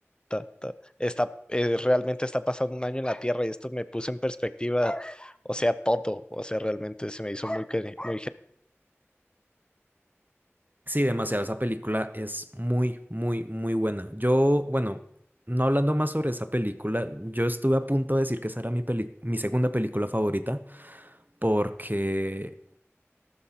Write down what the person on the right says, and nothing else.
Sí, demasiado, esa película es muy, muy, muy buena. Yo, bueno, no hablando más sobre esa película, yo estuve a punto de decir que esa era mi peli- mi segunda película favorita, porque